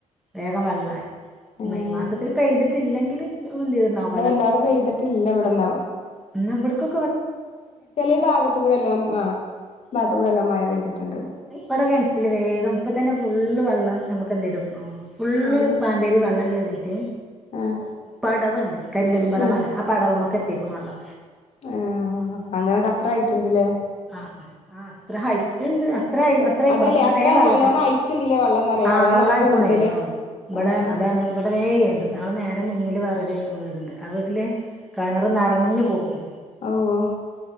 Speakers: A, in the centre; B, on the left.
A: വേഗം വള്ളായി
B: ഏഹ്
A: മെയ് മാസത്തിൽ പെയ്തിട്ടില്ലെങ്കിൽ മുന്തിയൊന്നാവല്ല
B: ഇല്ലാതെ പെയ്തിട്ടില്ല ഇവിട്ന്ന്
A: ഇന്ന് ഇവിട്ക്ക്
B: ചെലെ ഭാഗത്ത് കൂടെ എല്ലാം ആ ഭാഗത്ത് കൂടെ എല്ലാം മഴ പെയ്തിട്ടുണ്ട്
A: ഇവടെ കെൺറ്റില് വേഗം ഇപ്പ തന്നെ ഫുള്ള് വെള്ളം നമുക്ക് എന്ത് ചെയ്തുക്കണോ ഫുള്ള്
B: ആഹ്
A: പാമ്പേരി വെള്ളം കയറിയിട്ട്
B: ആഹ്
A: പടവുണ്ട് കരിങ്കലും പടവാണ്
B: ആഹ്
A: ആ പടവുമ്മെക്ക് എത്തിക്കണ വള്ളം
B: ആ അങ്ങനൊ കത്ര ആയിട്ടുണ്ടല്ലേ
A: ആ ആ അത്ര ഹൈ ല്ണ്ട് അത്ര അത്ര ആയിക്കൂട
B: അതല്ലേ
A: അപ്പ ഇവിടെ
B: അത്ര
A: വേം വെള്ളത്തി
B: നല്ലോണ്ണം ഐറ്റ്ണ്ട്ല്ലേ വെള്ളംന്നറിയ
A: ആവെള്ള
B: വെള്ളം നല്ല
A: ആയിക്കൂണേ
B: കൂടുതല്
A: ആ ഇവിടെ
B: ആഹ്
A: അതാണ് ഇവിടെ വേഗയുണ്ട് ഞങ്ങൾ നേരെ മുന്നിൽ വറരു വീടുണ്ട് ആ വീട്ടിൽ കിണർ നിറഞ്ഞഞ് പോകും
B: ഓഹ്